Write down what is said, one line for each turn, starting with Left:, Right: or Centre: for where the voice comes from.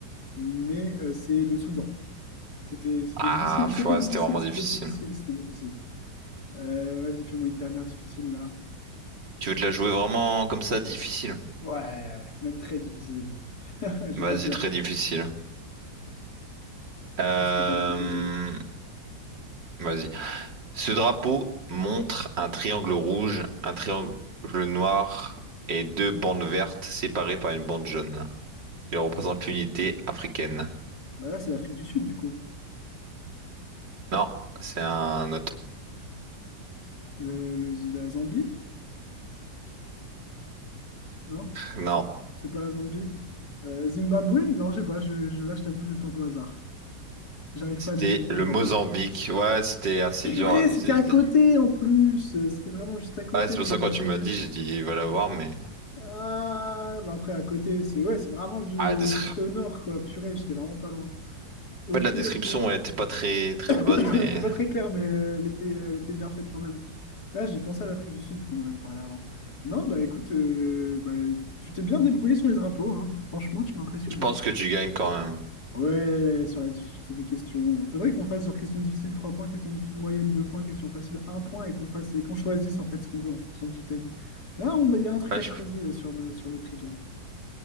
Left: mais euh, c'est le Soudan. C'était c'était
Right: Ah,
Left: difficile,
Right: pff,
Left: c'était
Right: ouais,
Left: difficile,
Right: c'était vraiment
Left: c'était
Right: difficile.
Left: difficile, c'était difficile. Euh, vas-y, fais-moi une dernière difficile là.
Right: Tu veux te la jouer vraiment comme ça, difficile?
Left: Ouais, même très difficile. <laughs> J'ai
Right: Vas-y,
Left: pas peur.
Right: très difficile. Euh,
Left: Qu'est-ce que tu as me proposé?
Right: Vas-y. Ce drapeau montre un triangle rouge, un triangle noir et deux bandes vertes séparées par une bande jaune. Il représente l'unité africaine.
Left: Bah là, c'est l'Afrique du Sud, du coup.
Right: Non, c'est un autre.
Left: Le, le- la Zambie? Non?
Right: Non,
Left: C'est c'est pas la Zambie. Euh, Zimbabwe? Non, je sais pas. Je, je- là, je t'avoue, je tente au hasard. J'arrive
Right: c'était
Left: pas à visualiser
Right: le
Left: le drapeau.
Right: Mozambique. Ouais, c'était assez
Left: Purée,
Right: dur à visualiser.
Left: c'était à côté en plus. Euh, C'était vraiment juste à côté
Right: Ouais, c'est
Left: de
Right: pour
Left: Mozambique.
Right: ça que quand tu m'as dit, j'ai dit, il va l'avoir, mais...
Left: Ah, bah après, à côté, c'est ouais, c'est vraiment ju-
Right: Ah, des-
Left: juste au nord, quoi. Purée, j'étais vraiment pas loin. Ok,
Right: En fait, la description
Left: ok.
Right: ouais,
Left: <coughs>
Right: était pas très très bonne,
Left: <laughs>
Right: mais
Left: Elle était pas très claire, mais euh, elle était, elle était bien faite quand même. Là, j'ai pensé à l'Afrique du Sud, vu qu'on en avait parlé avant. Non, bah écoute, euh, bah, tu t'es bien débrouillé sur les drapeaux, hein. Franchement, tu m'as impressionné.
Right: je pense que tu gagnes quand même.
Left: Ouais, sur la difficulté des questions. Faudrait qu'on fasse genre question difficile 3 points, question difficile moyenne 2 points, question facile un point et qu'on fasse et qu'on choisisse en fait ce qu'on veut en fonction du thème. Là, on, il y a un truc
Right: Ouais,
Left: à
Right: je-
Left: creuser sur, nos- sur notre trivia.